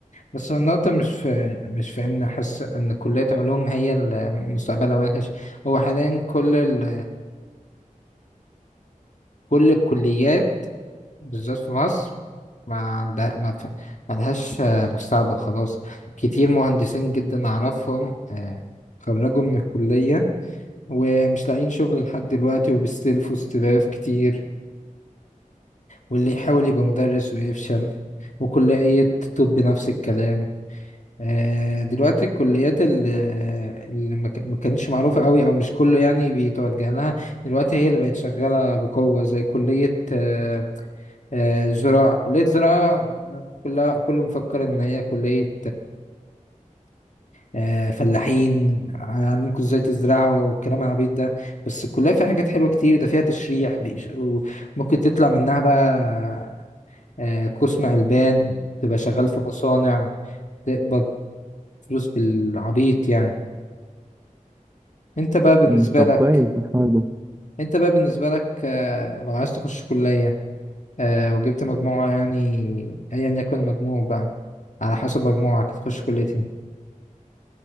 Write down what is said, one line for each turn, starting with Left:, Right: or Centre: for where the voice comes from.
Left: بس هو النقطة مش في مش في ان احس ان كلية علوم هي اللي مستقبلها وحش هو حاليا كل ال كل الكليات بالذات في مصر ما عندها ما ف- ما لهاش مستقبل خلاص كتير مهندسين جدا اعرفهم آه، خرجوا من الكلية ومش لاقيين شغل لحد دلوقتي وبيستلفوا استلاف كتير واللي يحاول يبقى مدرس ويفشل وكلية طب نفس الكلام آه، دلوقتي الكليات اللي اللي ما كان- ما كانتش معروفة قوي أو مش كله يعني بيتوجه لها دلوقتي هي اللي بقت شغالة بقوة زي كلية آه، آه، زراعة كلية زراعة آه، كلها كله مفكر إن هي كلية آه، فلاحين هنعلمكم ازاي تزرعوا والكلام العبيط ده بس الكلية فيها حاجات حلوة كتير ده فيها تشريح بيش- وممكن تطلع منها بقى آه، قسم ألبان تبقى شغال
Right: كويس.
Left: في مصانع تقبض فلوس بالعبيط يعني انت بقى بالنسبة
Right: امم طب
Left: لك
Right: كويس الحوار ده
Left: انت بقى بالنسبة لك آه، لو عايز تخش كلية آه، وجبت مجموعة يعني ايا يكن المجموع بقى على حسب مجموعك هتخش كلية ايه